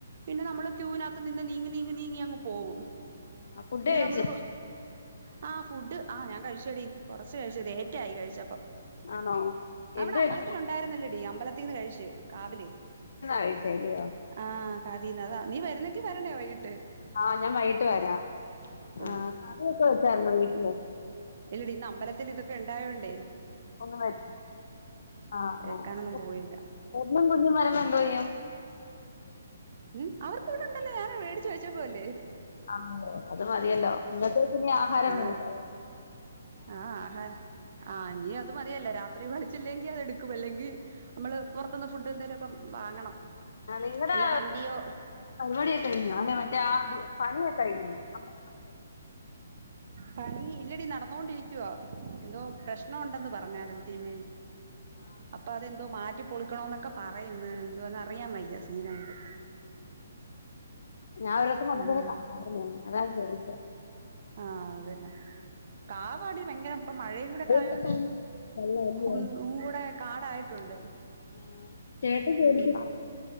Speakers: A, on the right; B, on the left.
A: പിന്നെ നമ്മള് ക്യൂവിനാത്ത് നിന്ന് നീങ്ങി നീങ്ങി നീങ്ങി അങ്ങ് പോവും
B: ആഹ് ഫുഡ്ഡഴിച്ചൊ
A: പിന്നെ നമ്മള് ആ ഫുഡ് ആഹ് ഞാൻ കഴിച്ചടി കുറച്ച് കഴിച്ച് ലേറ്റായി കഴിച്ചപ്പം
B: ആണോ
A: അവടെ
B: എന്ത് കഴിച്ചെന്നാ
A: അമ്പലത്തിൽ ഒണ്ടായിരുന്നല്ലടി അമ്പ-ല തീന്ന്കഴിച്ച് കാവിലെ
B: കഴിച്ചേ അല്ലയോ
A: ആഹ് കാവിന്നതാ നി വരുന്നെങ്കി വരണെ വൈകിട്ട്
B: ആഹ് ഞാൻ വൈയ്യിട്ട് വരാ
A: ഓ
B: ആഹ് കറിയൊക്കെ വെച്ചാര്ന്നൊ നി ഇല്ലെ
A: ഇല്ലടി ഇന്ന് അമ്പലത്തിൽ ഇതൊക്കെ ഇണ്ടായോണ്ടെ
B: ഒന്നുവര് ആഹ്
A: വെക്കാനൊന്നും
B: ആഹ്
A: പോയില്ല
B: പൊന്നും കുഞ്ഞും വരുമ്പൊ എന്തോയ്യും
A: ഉം അവർക്ക് ഇവിടെ ഉണ്ടല്ലോ ഞാൻ മേടിച്ചു വെച്ചേക്കുവ അല്ലേ
B: ആഹ് അത് മതിയല്ലോ എന്നിട്ട് പിന്നെആഹാരം
A: ആഹ്
B: കഴിക്കാവൊ
A: ആഹ് ആഹാര- ആഹ് നിഅത് മതിയല്ല രാത്രി വളിച്ചില്ലെങ്കി അത് എടുക്കും അല്ലെങ്കി മ്മള് പോറത്തൂന്ന് ഫുഡ് എന്തേലൊക്കെ വാങ്ങണം
B: ആഹ് നിങ്ങടെ
A: വല്ല മന്തിയോ
B: പരുവാടിക്കെ കഴിഞ്ഞൊ അല്ലെ മറ്റെ ആ പണിയൊക്കെ കഴിഞ്ഞൊ അമ്പലമ്പണി-
A: പണി ഇല്ലടി നട- ന്നോണ്ടിരിക്കുവ എന്തോ പ്രശ്നോണ്ടെന്ന് പറഞ്ഞാര്ന്ന് തിരുമേനി
B: ആഹ്
A: അപ്പൊ അതെന്തോ മാറ്റ- റ്റി പൊളിക്കണോ എന്നൊക്കെ പറയുന്ന് എന്തുവന്ന് അറിയാം വയ്യ സീനായിട്ട്
B: ഞാൻ ഓരോസം വന്നപേരെ
A: ഉം
B: കണ്ടായിരുന്നു അതാനാ ചോദിച്ച
A: ആ അതന്നെ കാവാടി ഭയങ്കരം ഇപ്പൊ മഴയും കൂടെക്കെയോണ്ട്
B: വെള്ളം അല്ലയോ?
A: ഉ ഒന്നുടെ കാടായിട്ടുണ്ട്
B: ആ ചേട്ടൻ ജോലിക്ക്
A: ഉം